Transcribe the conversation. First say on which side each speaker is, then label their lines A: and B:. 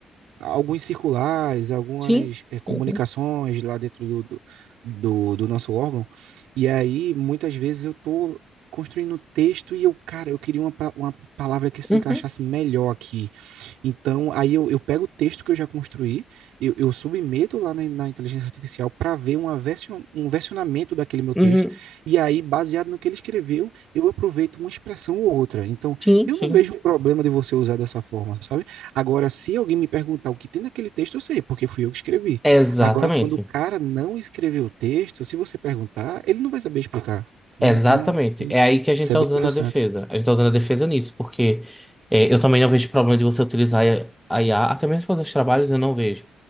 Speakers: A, on the right; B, in the centre.
A: alguns circulares, algumas
B: sim.
A: eh, comunicações
B: Uhum,
A: lá dentro do, do, do- do nosso órgão. E aí, muitas vezes, eu tô construindo um texto e eu, cara, eu queria uma, pa- uma palavra que se
B: uhum,
A: encaixasse melhor aqui. Então, aí eu, eu pego o texto que eu já construí, eu, eu submeto lá na, na inteligência artificial para ver uma version, um versionamento daquele meu
B: uhum,
A: texto. E aí, baseado no que ele escreveu, eu aproveito uma expressão ou outra. Então,
B: sim,
A: eu
B: sim.
A: não vejo um problema de você usar dessa forma, sabe? Agora, se alguém me perguntar o que tem naquele texto, eu sei, porque fui eu que escrevi.
B: Exatamente.
A: Agora, quando o cara não escreveu o texto, se você perguntar, ele não vai saber explicar, né?
B: Exatamente.
A: Então,
B: É aí que a gente
A: isso
B: tá
A: é bem
B: usando
A: interessante.
B: a defesa. A gente tá usando a defesa nisso, porque é, eu também não vejo problema de você utilizar a IA, até mesmo para os trabalhos eu não vejo.